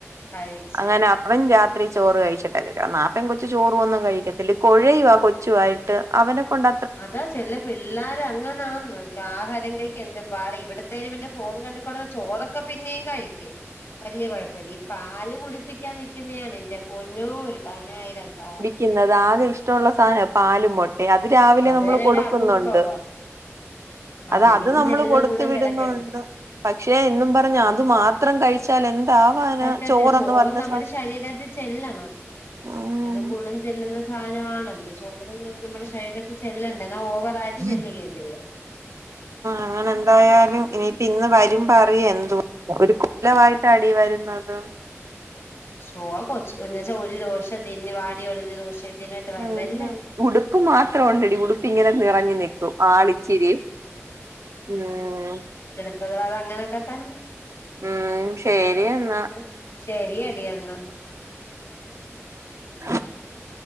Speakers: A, on the left; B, on the right.
A: കഴിച്ച്
B: അങ്ങനെ അവൻ രാത്രി ചോറ് കഴിച്ചിട്ടാ ആ പെൺകൊച്ചു ചോറും ഒന്നും കഴിക്കത്തില്ല കുഴയുവാ കൊച്ചുവായി അവനെ കൊണ്ട
A: അതാ ചെല പിള്ളാര് അങ്ങനാന്ന്. ആഹാരം കഴിക്ക എന്താ പാട ഇവിടത്തേര് പിന്നെ ഫോൺ കണ്ടിക്കൊണ്ട് ചോറൊക്കെ പിന്നെയും കഴിക്കും. വല്യ കുഴപ്പല്ലി ഈ പാല് കുടിപ്പിക്കാൻ നിക്കുന്നയാണ് എന്റെപൊന്നോ ഒരു പതിനായിരം പാൽ
B: <unintelligible> ടിക്കുന്നത് ആകെ ഇഷ്ടള്ള സാധനാ പാലുംമൊട്ടെ അത് രാവിലെ
A: അത്
B: നമ്മള്
A: തന്നെ
B: കൊടുക്കുന്നുണ്ട്.
A: ഒരു അപൂർവ്വവാ അതെങ്കിലും
B: അത അത് നമ്മൾ
A: ചെല്ലുന്ന
B: കൊടുത്തു
A: ഗുണം
B: വിടുന്നുണ്ട്
A: കിടക്കട്ടെ
B: പക്ഷെ എന്നും പറഞ്ഞ അത് മാത്ര ത്രം കഴിച്ചാൽ എന്താവാനാ
A: പറ്റത്തില്ല
B: ചോറന്ന്
A: ചോറ്
B: പറഞ്ഞ സാ
A: <unintelligible> ചെല്ലണം
B: ഉം
A: അതും ഗുണം ചെല്ലുന്ന സാധനമാണല്ലോ <unintelligible> ചോറ് നമ്മുടെ ശരീരത്തി ചെല്ലണ്ട എന്നാ ഓവറ ആയിട്ട് ചെല്ലുകയും
B: ഉം
A: ചെയ്യണം.
B: അങ്ങനെ എന്തായാലും ഇനിയിപ്പം ഇന്ന് വരുമ്പറിയ എന്തു ഒരു കൊലമായിട്ട് അടി വരുന്നത് <unintelligible>
A: ഷോ കൊച്ച എന്നന്ന്വച്ചാ ഒരു ദോഷംതിന്ന വാടിയ ഒളിഞ്ഞ ദിവശംതിന്നിട്ട് വരുവല്ലേ
B: ഉം ഉടുപ്പ് മാത്രം ഒണ്ടടി ഉടു ഇങ്ങനെ നിറഞ്ഞു നിൽക്കും ആളിച്ചിരി ഉം
A: <unintelligible> അതുവാത അങ്ങനെയൊക്കെ തന്നെ
B: ഉം ശരി
A: ശരിയാണ്.
B: എന്നാ
A: ശരിയെടി എന്നാ.
B: ആ <unintelligible>